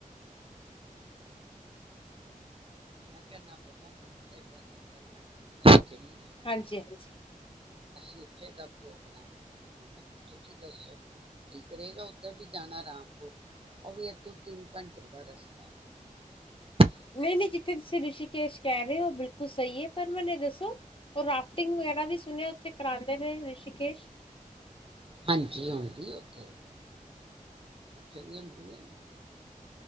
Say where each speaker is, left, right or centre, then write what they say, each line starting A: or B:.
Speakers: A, on the right; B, on the left.
A: ਮੈ ਕਿਆ ਨਾ ਬਾਬਾ ਮਨੁ ਤੇ ਡਰ ਹੀ ਲਗਦਾ ਹੈ
B: ਹਾਂਜੀ-ਹਾਂਜੀ।
A: ਇਥੇ ਦਾ ਪ੍ਰੋਗਰਾਮ ਬਣਾਣੇ ਆ ਬਾਕੀ ਤੁਸੀਂ ਦੱਸੋ ਠੀਕ ਰਹੇਗਾ ਉੱਧਰ ਵੀ ਜਾਣਾ ਰਾਮਪੁਰ ਉਹ ਵੀ ਇਥੋਂ ਤਿੰਨ ਘੰਟੇ ਦਾ ਰਸਤਾ ਵੇ।
B: ਨਹੀਂ-ਨਹੀਂ, ਜਿੱਥੇ ਤੁਸੀਂ ਰਿਸ਼ੀਕੇਸ਼ ਕਹਿ ਰਹੇ ਹੋ ਬਿਲਕੁਲ ਸਹੀ ਹੈ ਪਰ ਮੈਨੂੰ ਦੱਸੋ ਉਹ ਰਾਫਟਿੰਗ ਵਗੈਰਾ ਵੀ ਸੁਣਿਆ ਉੱਥੇ ਕਰਾਉਂਦੇ ਨੇ ਰਿਸ਼ੀਕੇਸ਼?
A: ਹਾਂਜੀ, ਹੁੰਦੀ ਹੈ ਉਓਥੇ, ਚੰਗੀ ਹੁੰਦੀ ਹੈ।